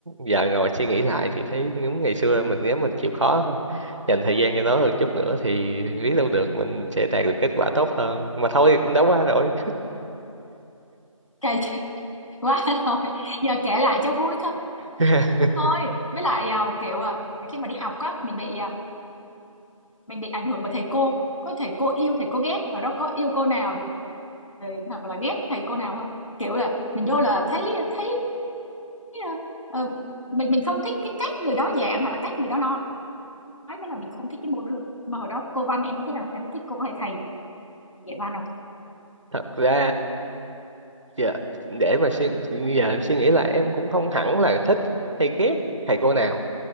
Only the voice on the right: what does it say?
giờ ngồi suy nghĩ lại thì thấy những ngày xưa mình nếu mình chịu khó dành thời gian cho nó hơn chút nữa thì biết đâu được mình sẽ đạt được kết quả tốt hơn mà thôi thì cũng đã qua rồi
<laughs>
thật ra giờ để mà suy giờ em suy nghĩ là em cũng không hẳn là thích hay ghét thầy cô nào